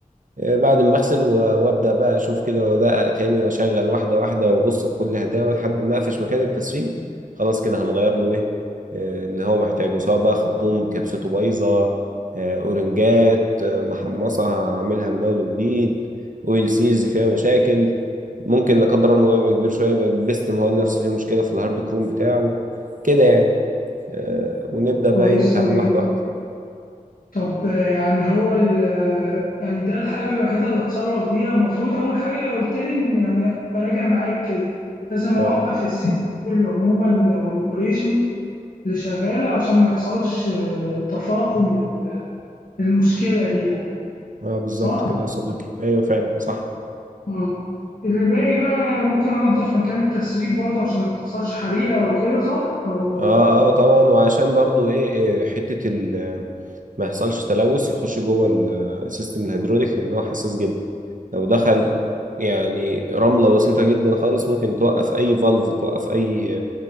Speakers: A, on the right (about 65°); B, on the left (about 75°).
A: بعد ما اغسل و- وابدا بقى اشوف كده وادقق تاني واشغل واحده واحده وابص بكل هداوه لحد ما اقفش مكان التسريب خلاص كده هنغير له ايه آه، اللي هو محتاجه سواء بقى خرطوم كبسته بايظه آه، اورنجات آه، محمصه هعملها من اول وجديد اويل سيز فيها مشاكل ممكن لا قدر الله الموضوع يبقى كبير شويه يبقى بيستم هو نفسه فيه مشكله في الهارد كروم بتاعه كده يعني آه، ونبدا
B: كويس
A: بقى ايه نتعامل
B: أوي
A: واحده واحده
B: طب آه، يعني هو ال آه، يعني ده الحاجة الوحيدة اللي اتصرف بيها المفروض أول حاجة قلت لي إن يعني براجع معاك كده لازم
A: اه
B: أوقف السيستم كله عموما أو الأوبريشن اللي شغالة عشان ما يحصلش آه، تفاقم لل- للمشكلة دي يعني
A: اه بالظبط
B: صح؟
A: كده يا صديقي ايوه فعلا صح
B: آه. الباقي بقى ممكن أنظف مكان التسريب برضه عشان ما تحصلش حريقة وكده صح؟ أو
A: اه
B: آه،
A: اه طبعا وعشان برضو ايه إيه، حتة ال- ما يحصلش تلوث يخش جوه السيستم الهيدروليك لان هو حساس جدا لو دخل يعني رملة بسيطة جدا خالص ممكن توقف اي فالف توقف اي